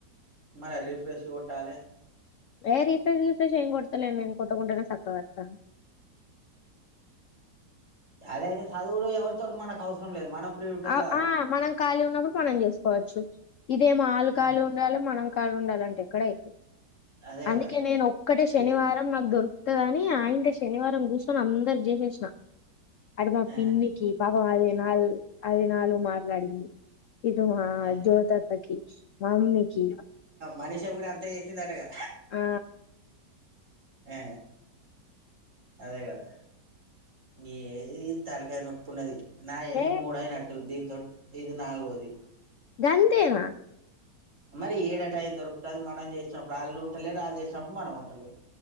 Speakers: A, on the right; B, on the left.
A: మళ రిఫ్రెష్ కొట్టాలే
B: ఏ రీఫ్రెష్ రీఫ్రెష్ ఏం కొడతలేం మేమూ కొట్టకుంటనే చక్కగతన్నాయ్
A: అదైతే చదువుడు ఎవరితోటి మనకవసరం లేదు మనం ఫ్రీ ఉంటే
B: ఆ
A: చాలు.
B: ఆ మనం ఖాళీ ఉన్నప్పుడు మనం చేసుకోవచ్చు ఇదేం ఆలు
A: హ్మ్.
B: కాలీ ఉండాలే మనం కాల్ ఉండాలంటే ఎక్కడైతే
A: అదే
B: అందుకే
A: గదా!
B: నేను ఒక్కటే శనివారం
A: ఎ
B: నాకు దొరు దని ఆయంటె శనివారం కూర్చొని అందర్కి చేసేసిన అడమా
A: ఆ!
B: పిన్నికి పా వాలె నాలు అది నాలుగు మాట్లాడింది ఇటూ మా
A: ఆ!
B: జోతత్తకి మమ్మీకి
A: మనిషా కూడా అంత చేసిందటగా
B: ఆ
A: అ అదే కదా ఎ ఇది తలకాయనొప్పున్నది నా ఎన్ని
B: ఏ
A: మూడైనట్టు దిం టి ఇది నాలుగోది
B: అంతేనా
A: మరి ఏడ టైం దొకుతది మనం చేసినప్పుడు వాళ్ళు ఉంటాలేరు వాళ్ళు చేసినప్పుడు మనం ఉంటలే